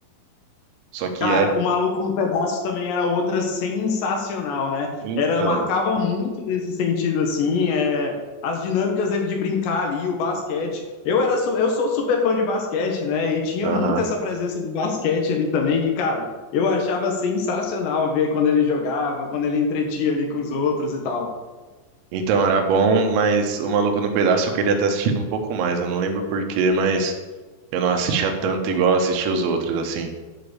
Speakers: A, on the right (about 85°); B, on the left (about 70°).
A: Só que
B: Cara,
A: essa,
B: o Maluco no Pedaço também era outra sensacional, né?
A: então,
B: Era, marcava muito nesse sentido, assim, é, as dinâmicas dele de brincar ali, o basquete. Eu era, su- eu sou super fã de basquete, né? E tinha
A: Aham.
B: muito essa presença do basquete ali também, que, cara, eu achava sensacional ver quando ele jogava, quando ele entretia ali com os outros e tal.
A: Então era bom, mas o Maluco no Pedaço eu queria ter assistido um pouco mais. Eu não lembro por quê, mas eu não assistia tanto igual eu assistia os outros, assim.